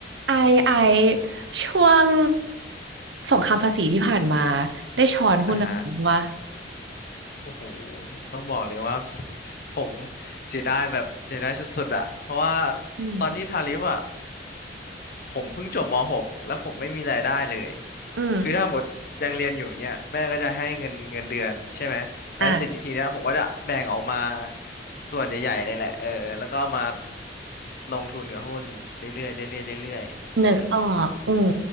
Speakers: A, on the right; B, on the left.
A: ไอไอช่วงสงครามภาษีที่ผ่านมาได้ช้อนหุ้นอะไรบ้างวะ
B: อ่ะฮะโอ้โหต้องบอกเลยว่าพี่ <laughs> ผมเสียดายแบบเสียดายสุดๆอะเพราะว่า
A: อืม
B: ตอนที่ทาริฟอะผมเพิ่งจบม .6 แล้วผมไม่มีรายได้เลย
A: อืม
B: คือถ้าหมดยังเรียนอยู่เงี้ยแม่ก็จะให้เงินเงินเดือนใช่ไหมแล้วสิทีเนี้ยผมก็จะแบ่งออกมา
A: อ่ะ
B: ส่วนใหญ่ๆเลยแหละเออแล้วก็เอามาลงทุนกับหุ้นเรื่อยๆเรื่อยๆเรื่อยๆเออ
A: นึกออกอืม